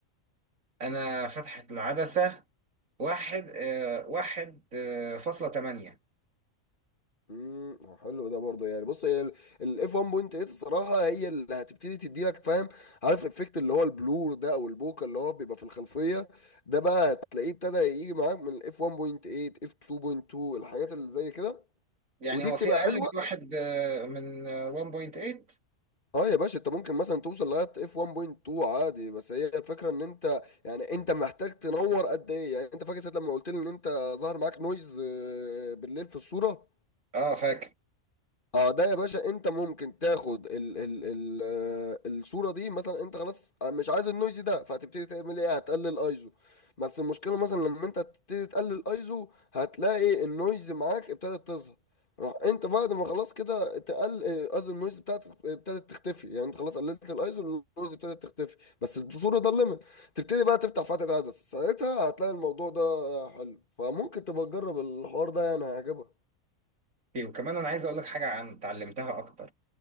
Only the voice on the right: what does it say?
انا فتحت العدسه واحد آه، واحد آه، فاصلة تمانية
يعني
هو
في اقل
من واحد آه، من آه، 1.8
اه فاكر
إيه، وكمان انا عايز اقول لك حاجه عن اتعلمتها اكتر